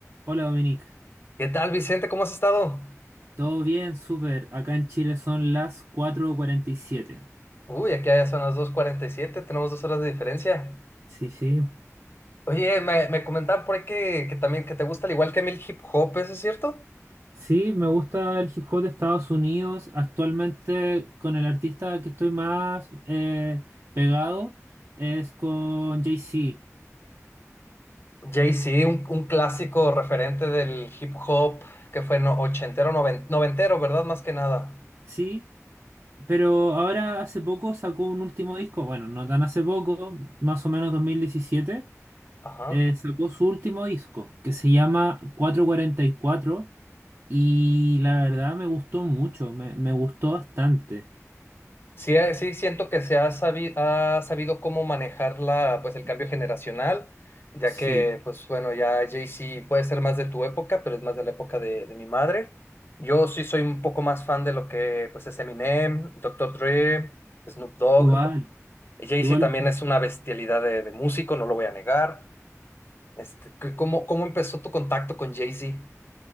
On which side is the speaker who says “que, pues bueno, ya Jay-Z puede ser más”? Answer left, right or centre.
Left